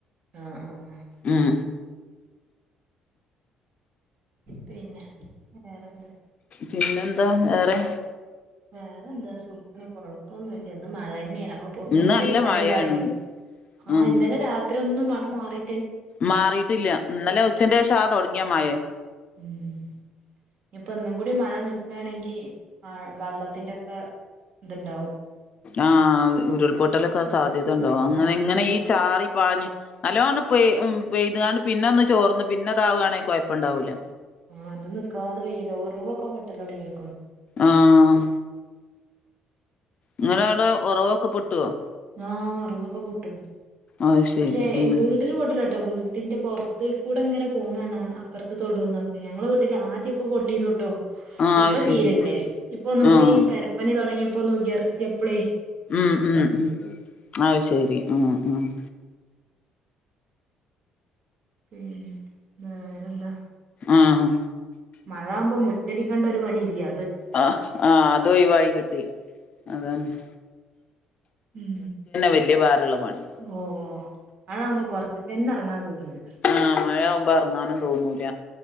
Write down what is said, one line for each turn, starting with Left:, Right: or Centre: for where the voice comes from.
Right: ആഹ് ആഹ്
Left: ഉം
Right: പിന്നെ വേറെന്ത്
Left: പിന്നെന്താ വേറെ
Right: വേറെന്താ സുഖം കൊഴപ്പൊന്നുമല്ല ഇന്ന് മഴ തന്നെയാണ് ആഹ്
Left: ഇന്ന്
Right: മുറ്റടിക്കാനൊന്നും
Left: നല്ല മഴയാണ്
Right: ഇറങ്ങി ആഹ
Left: ഉം
Right: ഇന്നലെ രാത്രി ഒന്നും മഴ മാറി
Left: മാറിയിട്ടില്ല ഇന്നലെ ഉച്ചന്റെ ശേഷ ആ തുടങ്ങിയാ മയേ
Right: ഉം ഇനിയിപ്പൊ ഇന്നും കൂടി മഴ നിക്കാണെങ്കി ആ വെള്ളത്തിന്റെ ഒക്കെ ഇതുണ്ടാവും
Left: ആഹ് ഉരുൾപൊട്ടലൊക്കെ സാധ്യത ഉണ്ടാവും അങ്ങനെ
Right: സാധ്യത
Left: ഇങ്ങനെ
Right: ഇണ്ട
Left: ഈ ചാറി പാഞ്ഞ് നല്ലോണം പെയ് പെയ്ത്കാണ്ട് പിന്നെ ഒന്ന് ചോർന്ന് പിന്നെതാവാണെങ്കിൽ കുഴപ്പം ഉണ്ടാവില്ല
Right: ആഹ് അതും നിക്കാതെ പെയ്യല് ഒറവ് ഒ ക്കെ പൊട്ടൽ തുടങ്ങിക്ക്‌ണ്
Left: ആഹ് ഇങ്ങടെ അവിടെ ഉറവൊക്കെ പെട്ടുവോ
Right: ആഹ് ഒറവൊക്കെ പൊട്ടും
Left: അത് ശരി
Right: പക്ഷെ
Left: ഉം
Right: വീട്ടിൽ പൊട്ടുല കേട്ടോ വീട്ടിന്റെ പുറത്തേ കൂടെ ഇങ്ങനെ പോണ കാണ അപ്പുറത്ത് തൊടുന്ന ഞങ്ങള വീട്ടില് ആദ്യൊക്കെ പൊട്ടിന്ന്ട്ടോ
Left: ആഹ്
Right: ഇപ്പ
Left: അത്
Right: തീരല്ലേ
Left: ശരി
Right: ഇപ്പൊ ഒന്നും കൂടി
Left: ആഹ്
Right: പെര പണിതുടങ്ങിയപ്പോ ഒന്ന് ഉയർത്തിയപ്പൾ
Left: ഉം ഉം ഉം അത് ശരി ആഹ് ആഹ്
Right: ഉം വേറെന്താ
Left: ആഹ്
Right: മഴയാവൂമ്പോ മുറ്റടിക്കേണ്ട ഒരു പണി ഇല്ല്യ
Left: ആഹ് ആ അത് ഒയിവായികിട്ടി അതെന്നെ
Right: ഉം
Left: വല്യ ഭാരമുള്ള പണി
Right: ഉം ഓ ഓ മഴാവുമ്പോ പൊറുത്ത്ക്കന്നെ ഇറങ്ങാൻ തോന്നൂലാ
Left: ആ മഴ ആവുമ്പോ എറങ്ങാനും തോന്നൂല